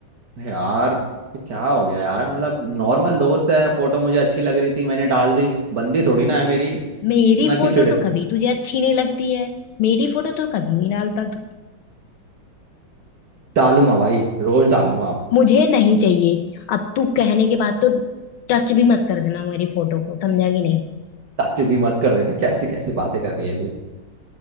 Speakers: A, on the right; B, on the left.
A: अरे यार तो क्या हो गया यार मतलब नॉर्मल दोस्त है फोटो मुझे अच्छी लग रही थी मैंने डाल दी बंदी थोड़ी ना है मेरी
B: मेरी
A: इतना क्यों
B: फोटो
A: चिढ़
B: तो कभी तुझे अच्छी नहीं लगती है मेरी फोटो तो कभी नहीं डालता तू
A: डालूंगा भाई रोज डालूंगा अब
B: मुझे नहीं चाहिए अब तू कहने के बाद तो टच भी मत कर देना मेरी फोटो को समझा कि नहीं
A: ताज्जुब भी मत कर देना कैसी कैसी बातें कर रही है तू